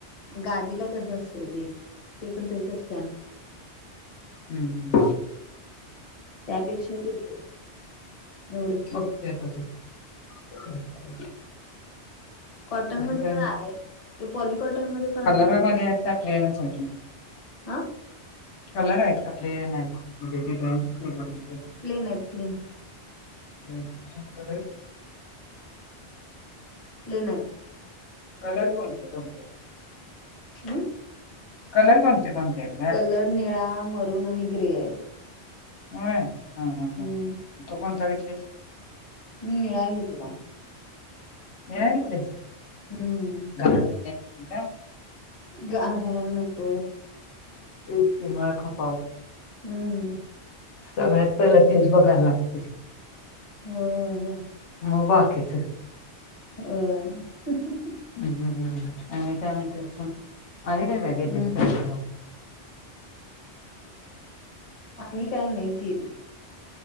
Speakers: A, on the left (about 40°); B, on the left (about 85°).
A: मग गादीला कसं असतंय ते पण तेच असत.
B: हम्म.
A: त्यापेक्षा ते बर एवढच.
B: बघते आता तू काय करायचं.
A: कॉटन
B: आणि
A: मध्ये
B: काय
A: पण आहे ते पॉलिकॉटन मध्ये पण आहे.
B: त्या मद्ये प्लॅन च होती.
A: हा
B: कलर आहेत का प्लॅन आहेत म्हणजे तेी टाई ते
A: प्लॅन आहेत प्लॅन.
B: <inaudible>
A: प्लेन आहेत.
B: कलर कोणते कोणते
A: ह.
B: कलर कोणते कोणतेयेत.
A: कलर निळा मरूम आणि ग्रे आहे.
B: हो हा हा
A: हम्म
B: ह ह तू कोणता घेतलीस.
A: नीळ घेतला.
B: निळा घेतलेस.
A: हम्म.
B: घा काय <unintelligible>
A: गाल नको.
B: तेच की माळ खपाव.
A: हम्म.
B: सगळ्यात पहिला. तेच बघायला लागते.
A: ह ह.
B: म बाकीच.
A: होय. ते <unintelligible>
B: हम्म हम्म हम्म. आणि काय म्हणतेस म आणि काय काय
A: हम्म
B: केली खरेदी तवा.
A: आणि काय नाही केली.